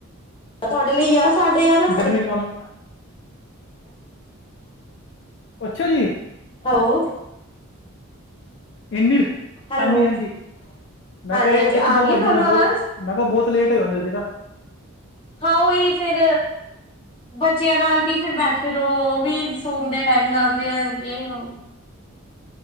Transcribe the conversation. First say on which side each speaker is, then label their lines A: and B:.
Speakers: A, on the left (about 25°); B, on the left (about 55°).
A: ਤੁਹਾਡੇ ਲਈ, ਗਿਆਰਾ, ਸਾਡੇ ਗਿਆਰਾ <unintelligible>
B: ਗਰਮੀ ਚ ਮਨ ਅੱਛਾ ਜੀ!
A: ਹੈਲੋ
B: ਇੰਨੀ,
A: ਹੈਲੋ
B: ਹਾਂਜੀ- ਹਾਂਜੀ, ਮੈਂ
A: ਹਾਂਜੀ
B: ਕਿਹਾ,
A: ਹਾਂਜੀ
B: ਇੱਕ,
A: ਆ
B: ਦੋ
A: ਰਹੀ
B: ਵੱਜ
A: ਹੈ ਤੁਹਾਨੂੰ
B: ਜਾਂਦਾ ਬਹੁਤ।
A: ਆਵਾਜ਼
B: ਮੈਂ ਕਿਹਾ, ਬਹੁਤ। ਲੇਟ ਈ ਹੁੰਦੇ ਸੀ ਨਾ।
A: ਹਾਂ ਉਹੀ ਫੇਰ ਬੱਚਿਆਂ ਨਾਲ ਵੀ ਫਿਰ ਬੈਠ ਕੇ। ਫੇਰ ਉਹ ਵੀ ਸੋਣ ਦੇ ਟਾਈਮ ਲਾਉਦੇ ਹੈ ਗੇਮ।